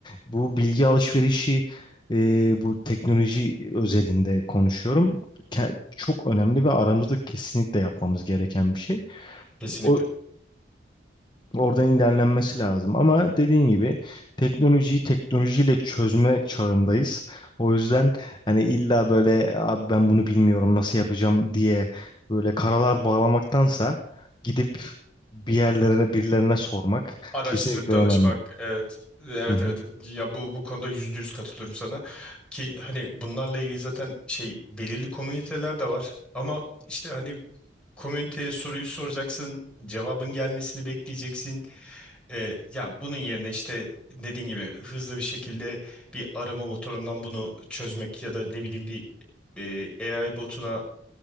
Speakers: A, on the left; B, in the centre.
A: bu bilgi alışverişi e, bu teknoloji özelinde konuşuyorum. Ke- çok önemli ve aramızda kesinlikle yapmamız gereken bir şey.
B: Kesinlikle.
A: O oradan ilerlenmesi lazım ama dediğin gibi teknolojiyi teknolojiyle çözme çağındayız. O yüzden hani illa böyle abi ben bunu bilmiyorum nasıl yapacağım diye böyle karalar bağlamaktansa gidip bir yerlerine birilerine sormak
B: Araştırıp
A: kesinlikle
B: danışmak
A: önemli.
B: evet. Evet
A: Hı hı.
B: evet ya bu bu konuda yüzde yüz katılıyorum sana ki hani bunlarla ilgili zaten şey belirli komüniteler de var ama işte hani komüniteye soruyu soracaksın cevabın gelmesini bekleyeceksin Ee, ya bunun yerine işte dediğin gibi hızlı bir şekilde bir arama motorundan bunu çözmek ya da ne bileyim bir e, AI botuna